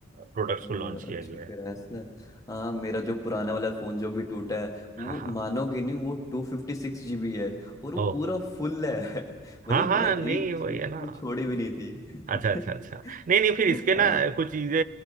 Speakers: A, on the right; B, on the left.
A: प्रोडक्ट्स
B: अ,
A: को लॉन्च किया
B: अच्छा
A: गया है
B: फिर ऐसा है हाँ मेरा जो पुराना वाला फ़ोन जो भी टूटा है वो
A: हाँ हाँ
B: मानोगे नहीं वो टू फिफ्टी सिक्स जी बी है और वो
A: ओहो
B: पूरा फुल है <laughs> मतलब
A: हाँ
B: मैं
A: हाँ
B: एक
A: नहीं वही
B: चीज
A: है ना
B: में छोड़ी भी नहीं थी
A: अच्छा अच्छा
B: <laughs>
A: अच्छा नहीं नहीं फिर इसके
B: हाँ
A: ना कुछ चीज़ें